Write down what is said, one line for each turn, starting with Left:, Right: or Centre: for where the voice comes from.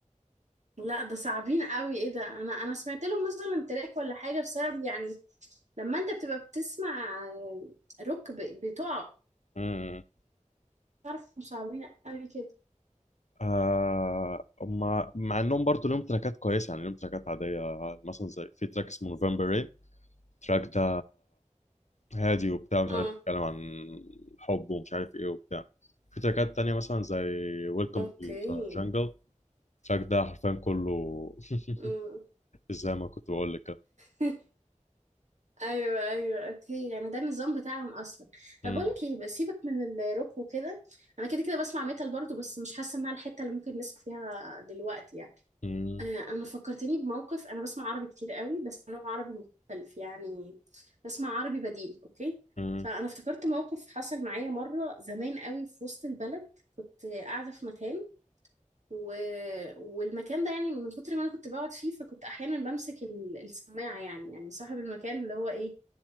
Right: لا ده صعبين قوي ايه ده انا انا سمعت لهم مثلا تراك ولا حاجة بسبب يعني لما انت بتبقى بتسمع آه، روك ب- بتقع
Left: امم
Right: تعرف إنهم صعبين قوي كده
Left: آه هما- مع انهم برضه ليهم تراكات كويسه يعني ليهم تراكات عاديه مثلا زي في تراك اسمه نوفمبر رين التراك ده هادي وبتاع مش
Right: اه
Left: عارف بيتكلم عن حب ومش عارف ايه وبتاع في تراكات تانية مثلا زي ويلكم
Right: اوكي
Left: تو جانجل التراك ده حرفيا كله <laughs>
Right: امم
Left: زي ما كنت بقول لك كده
Right: <laughs> ايوه ايوه اوكي يعني ده النظام بتاعهم اصلا طب
Left: مم.
Right: بقول لك ايه بس سيبك من الروك وكده انا كده كده بسمع ميتال برضو بس مش حاسه انها الحته اللي ممكن نسمع فيها دلوقتي يعني
Left: مم.
Right: آه انا فكرتني بموقف انا بسمع عربي كتير قوي بس نوع عربي مختلف يعني بسمع عربي بديل اوكي
Left: مم.
Right: فانا افتكرت موقف حصل معايا مره زمان قوي في وسط البلد كنت قاعده في مكان و... والمكان ده يعني من كتر ما انا كنت بقعد فيه فكنت احيانا بمسك ال- السماعه يعني يعني صاحب المكان اللي هو ايه